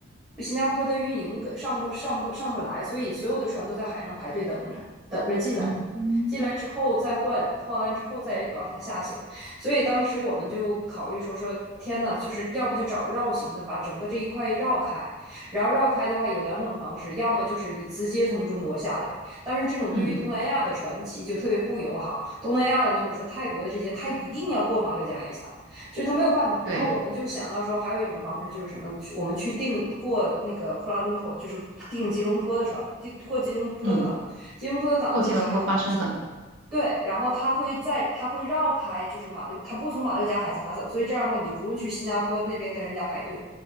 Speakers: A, on the right (about 20°); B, on the right (about 70°).
A: 新加坡的运营跟上不上不上不来，所以所有的船都在海上排队等着，等着进来，
B: 嗯
A: 进来之后再换，换完之后再往下下行。所以当时我们就考虑说说，天呐，就是要不就找绕行的，把整个这一块绕开，然后绕开的话有两种方式，要么就是你直接从中国下来。但是这种对于东南亚的船期就特别不友好。
B: 嗯，
A: 东南亚的，你比如说泰国的这些，他一定要过马六甲海峡，就是他没有办法。
B: 对，
A: 然后我们就想到说，还有一种方式就是什么？我们去订过那个库拉伦坡，就是订吉隆坡的船，订过吉隆坡的港。
B: 嗯，
A: 吉隆坡的港就还好一些，
B: 过吉隆坡巴生港，
A: 对，然后他会在，他会绕开，就是马六，他不从马六甲海峡走，所以这样的话，你就不用去新加坡那边跟人家排队，